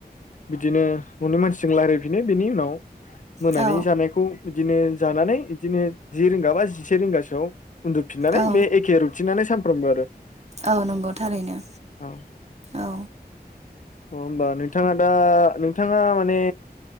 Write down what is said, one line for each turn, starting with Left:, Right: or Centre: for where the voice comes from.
Left: बिदिनो न'नि मानसिजों रायलायफिनो बेनि उनाव <inaudible> मोनानि
Right: औ
Left: जानायखौ बिदिनो जानानै बिदिनो जि रिंगा बा जिसे रिंगासोआव उन्दुफिननानै
Right: औ
Left: बे एखे रुथिननानै सान फ्रोमबो आरो।
Right: औ नंगौ थारैनो
Left: औ
Right: औ
Left: अ होमबा नोंथाङा दा नोंथाङा माने